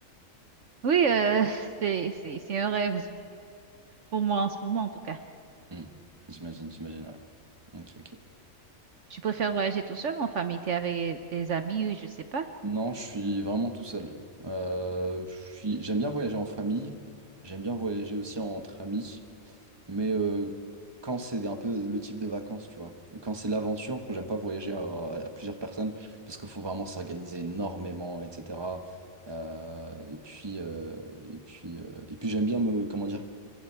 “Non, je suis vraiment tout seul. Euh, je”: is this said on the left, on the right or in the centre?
Right